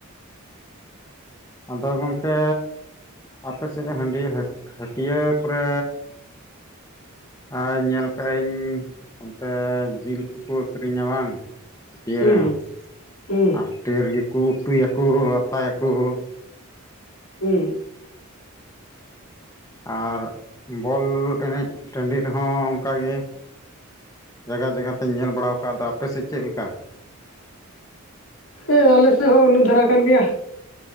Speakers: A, on the left; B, on the left.
A: ᱟᱫᱚ ᱜᱚᱢᱠᱮ ᱟᱯᱮ ᱥᱮᱫ ᱦᱟᱺᱰᱤ ᱦᱟᱹᱴᱭᱟᱹ ᱠᱚᱨᱮ ᱟᱨ ᱧᱮᱞ ᱠᱟᱜ-ᱟᱹᱧ ᱚᱱᱛᱮ ᱡᱤᱞ ᱠᱚᱠᱚ ᱟᱹᱠᱷᱨᱤᱧᱟ ᱵᱟᱝ? ᱦᱟᱹᱴᱭᱟᱹ
B: ᱦᱩᱸ
A: ᱨᱮᱦᱚᱸ
B: ᱦᱩᱸ
A: ᱟᱨ ᱦᱟᱹᱴᱤᱭᱟᱹ ᱨᱮᱜᱮ ᱠᱚ ᱩᱛᱩᱭᱟᱠᱚ ᱟᱛᱟᱭᱟᱠᱚ ᱾
B: ᱦᱩᱸ ᱾
A: ᱟᱨ ᱵᱚᱞ ᱮᱱᱮᱡ ᱴᱟᱺᱰᱤ ᱨᱮᱦᱚᱸ ᱚᱱᱠᱟ ᱜᱮ ᱾ ᱡᱟᱜᱟ ᱡᱟᱜᱟ ᱛᱮᱧ ᱧᱮᱞ ᱵᱟᱲᱟᱣ ᱟᱠᱟᱫ ᱟᱫᱚ ᱟᱯᱮᱥᱮᱫ ᱪᱮᱫ ᱞᱮᱠᱟ?
B: ᱦᱮᱸ ᱟᱞᱮᱥᱮᱫ ᱦᱚᱸ ᱩᱱᱟᱹ ᱫᱷᱟᱨᱟ ᱠᱟᱱ ᱜᱮᱭᱟ ᱾